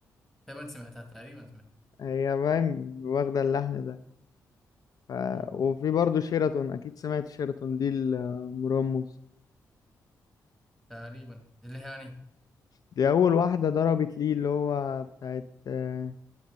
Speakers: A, in the centre; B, on the left (about 55°).
A: تقريبا سمعتها تقريبا سمعتها
B: هي باين واخدة اللحن ده ف...
A: مم.
B: وفي برضه شيراتون أكيد سمعت شيراتون دي المرمس
A: تقريبا دي اللي هي يعني اللي
B: دي أول واحدة ضربت ليه اللي هو بتاعت آه،